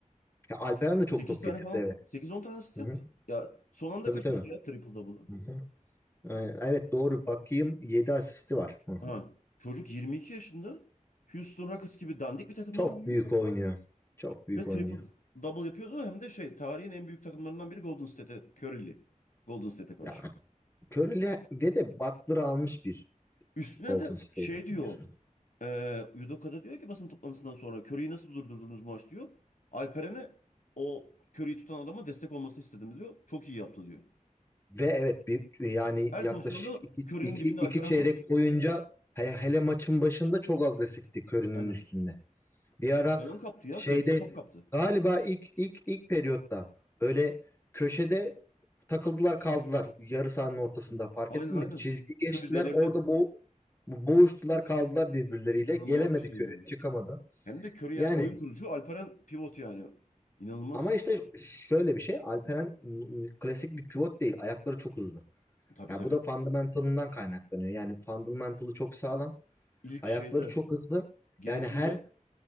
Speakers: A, on the left; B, on the left.
A: Ya Alperen de çok
B: Sekiz
A: top
B: tane
A: getirdi
B: falan
A: evet.
B: sekiz on tane asist
A: Hı
B: yaptı.
A: hı.
B: Ya son anda
A: Tabii
B: kaçırdı
A: tabii.
B: ya triple double'ı.
A: Hı hı. Aynen. Evet doğru bakayım 7 asisti var. Hı hı.
B: Ha. Çocuk 22 yaşında Houston Rockets gibi dandik bir takımda
A: Çok
B: oynuyor.
A: büyük oynuyor. Çok büyük
B: Ve
A: oynuyor.
B: triple double yapıyordu hem de şey tarihin en büyük takımlarından biri Golden State'e Curry'li. Golden State'e karşı.
A: Ya Curry'le ve de Butler'ı almış bir
B: Üstüne
A: Golden
B: de
A: State
B: şey diyor.
A: var.
B: E, Yudoka'da diyor ki basın toplantısından sonra Curry'i nasıl durdurdunuz maç diyor. Alperen'e o Curry'i tutan adama destek olmasını istedim diyor. Çok iyi yaptı diyor.
A: Ve evet bir yani
B: Her
A: yaklaşık
B: pozisyonda
A: iki,
B: Curry'nin
A: iki,
B: dibinde
A: iki
B: Alperen
A: çeyrek
B: var.
A: boyunca he- hele maçın başında çok agresifti Curry'nin
B: Aynen.
A: üstünde. Bir ara
B: Top falan kaptı ya.
A: şeyde
B: Curry'den top kaptı.
A: galiba ilk ilk ilk periyotta böyle köşede takıldılar kaldılar yarı sahanın ortasında fark
B: Aynen
A: ettin
B: aynen.
A: mi? Çizgi geçtiler
B: Curry delirdi.
A: orada bo boğuştular kaldılar birbirleriyle
B: İnanılmaz
A: gelemedi
B: bir şey
A: köre
B: yani.
A: çıkamadı.
B: Hem de Curry yani
A: Yani
B: oyun kurucu Alperen pivot yani. İnanılmaz.
A: ama işte şöyle bir şey Alperen m- klasik bir pivot değil ayakları çok hızlı.
B: Tabii
A: Ya
B: tabii.
A: bu da fundamentalından kaynaklanıyor. Yani fundamentalı çok sağlam.
B: İlk
A: Ayakları
B: şeyde
A: çok hızlı.
B: Giresun'da
A: Yani her